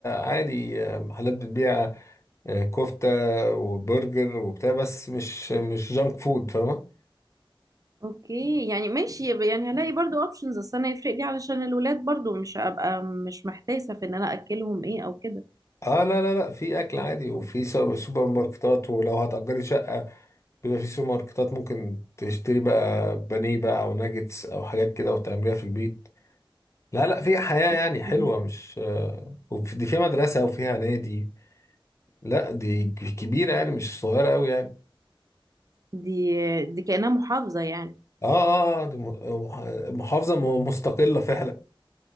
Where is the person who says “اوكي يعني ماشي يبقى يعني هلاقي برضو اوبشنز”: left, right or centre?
Right